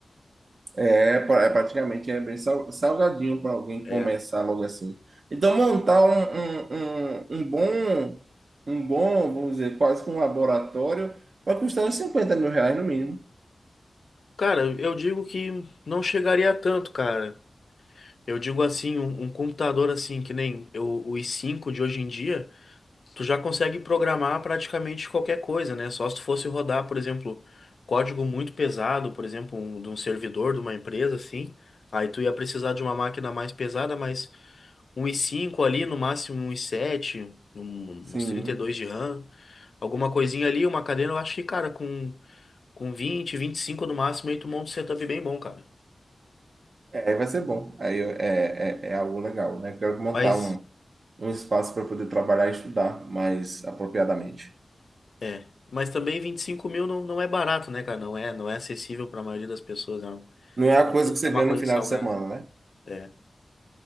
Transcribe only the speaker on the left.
É.
Cara, eu digo que não chegaria a tanto, cara. Eu digo assim, um, um computador assim, que nem o, o i5 de hoje em dia. tu já consegue programar praticamente qualquer coisa, né? Só se tu fosse rodar, por exemplo, código muito pesado, por exemplo, um, de um servidor de uma empresa, assim, aí tu ia precisar de uma máquina mais pesada, mas um i cinco ali, no máximo um i7, um,
uns trinta e dois de RAM, alguma coisinha ali, uma cadeira, eu acho que, cara, com, com vinte, vinte e cinco no máximo, aí tu monta um setup bem bom, cara.
Mas,
é... Mas também 25 mil não, não é barato, né, cara? Não é, não é acessível para a maioria das pessoas. É um-
é uma
coisa
salgada.
É.